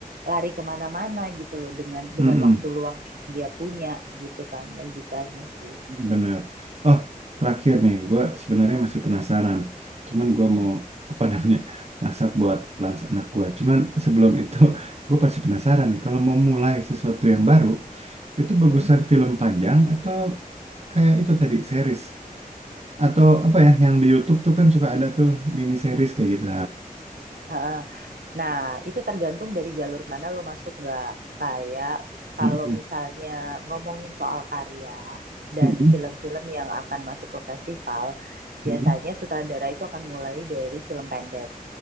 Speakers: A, on the right (about 85°); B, on the right (about 45°).
A: lari kemana-mana gitu loh dengan
B: Mm-mm.
A: dengan waktu luang yang dia punya gitu kan logikanya sih.
B: Benar. Oh, terakhir nih, gue sebenarnya masih penasaran. Cuman gue
A: Mm-mm.
B: mau apa namanya masak buat lunch anak gue. Cuman sebelum itu, <laughs> gue pasti penasaran nih. Kalau mau mulai sesuatu yang baru, itu bagusan
A: Mm-mm.
B: film panjang atau kayak itu tadi series atau apa ya yang di YouTube tuh kan suka ada tuh mini series kayak gitu.
A: Heeh. Nah, itu tergantung dari jalur mana lo masuk nggak. Kayak kalau
B: Nah.
A: misalnya ngomongin soal karya dan
B: Mhm,
A: film-film yang akan masuk ke festival, biasanya
B: mhm.
A: sutradara itu akan mulai dari film pendek.